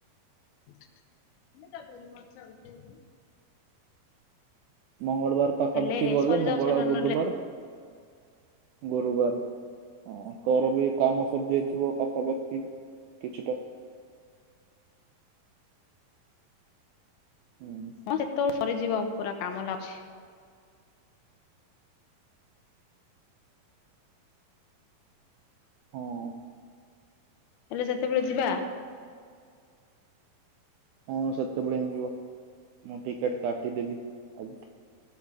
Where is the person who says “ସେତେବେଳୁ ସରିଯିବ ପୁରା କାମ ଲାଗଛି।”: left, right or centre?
Left